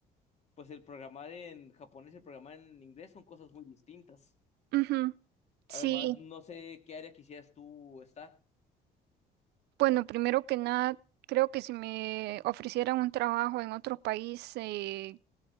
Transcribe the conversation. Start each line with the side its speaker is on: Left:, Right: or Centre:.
Left: pues el programar en japonés y el programar en inglés son cosas muy distintas.
Right: Ujú,
Left: Además,
Right: Sí,
Left: no sé qué área quisieras tú estar.
Right: bueno, primero que nada, creo que si me ofrecieran un trabajo en otro país, eh,